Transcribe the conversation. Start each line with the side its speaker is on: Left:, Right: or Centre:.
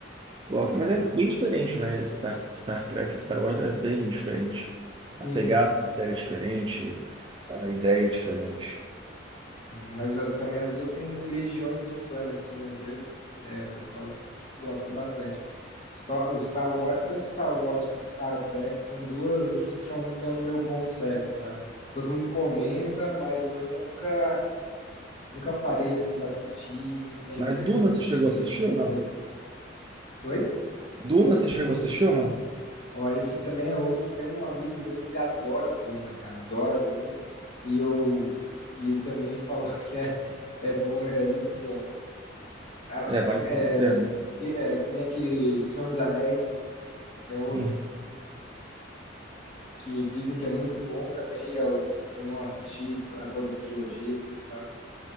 Right: Gosto,
Left: Ah,
Right: mas
Left: legal.
Right: é bem diferente, né? Star, Star Trek de Star Wars é bem diferente.
Left: Sim,
Right: A pegada
Left: sim.
Right: da série é diferente, a ideia é diferente.
Left: Mas ah, também as duas têm legiões de fãs, assim, né? Meu, é, o pessoal gosta bastante. O Star o Star Wars, tanto Star Wars quanto Star Trek são duas assim que são estão no meu ponto cego, sabe? Todo mundo comenta, mas eu ainda nunca nunca parei assim para assistir e entender,
Right: Mas Duna
Left: acabo
Right: você
Left: consumindo
Right: chegou a assistir
Left: outras
Right: ou não?
Left: coisas. Oi?
Right: Duna você chegou a assistir ou não?
Left: Ó, esse também é outro, tem um amigo meu que ele adora Duna, cara, adora Duna, e eu e ele também falou <laughs> que é é bom, é muito bom. É,
Right: É, vale muito a pena.
Left: é, é, também aquele Senhor dos Anéis, é outro,
Right: Uhum.
Left: que dizem que é muito bom também, e eu não assisti a toda a trilogia, assim, sabe?